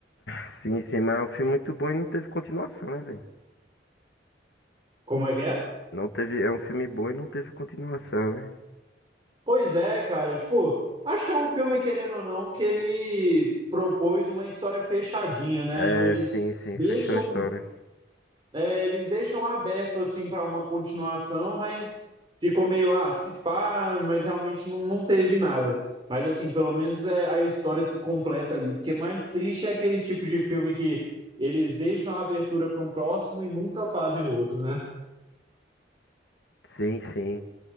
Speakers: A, on the left (about 70°); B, on the right (about 25°).
A: Sim, sim, mas é um filme muito bom e não teve continuação, né, velho?
B: Como é que é?
A: Não teve, é um filme bom e não teve continuação, né?
B: Pois é, cara, tipo, acho que é um filme, querendo ou não, que ele propôs uma história fechadinha, né?
A: É,
B: No- Eles
A: sim, sim,
B: deixam,
A: fechou a história.
B: é, eles deixam aberto assim para uma continuação, mas ficou meio, ah, se pá, mas realmente não, não teve nada. Mas assim, pelo menos é, a história se completa ali, porque mais triste é aquele tipo de filme que eles deixam a abertura para um próximo e nunca fazem o outro, né?
A: Sim, sim.